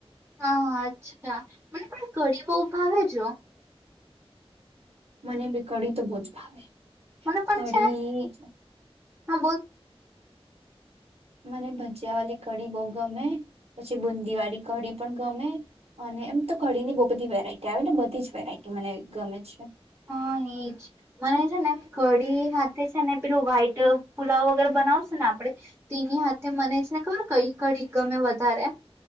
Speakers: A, on the right (about 20°); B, on the right (about 75°).
A: હા અચ્છા મને થોડી ગરી બ ભાવે જો
B: મને બી કડી તો બહુ જ ભાવે
A: મને પણ
B: કડી
A: છે ને હા બોલ
B: મને ભજીયા વાળી કડીી બહ ગમે પછી બુંદી વાળી કડીી પણ ગમે અને એમ તો કડીી ની બહુ બધી વેરાયટી આવે બધી જ વેરાયટી મને ગમે છે
A: હા એજ મને છે ને એમ કડીી હાથે છે ને પેલું વ્હાઈટ પુલાવ વગેરે બનાવશ ને આપડણે તો એની હાથે મને છે ને ખબર કઈ કડીી ગમે વધારે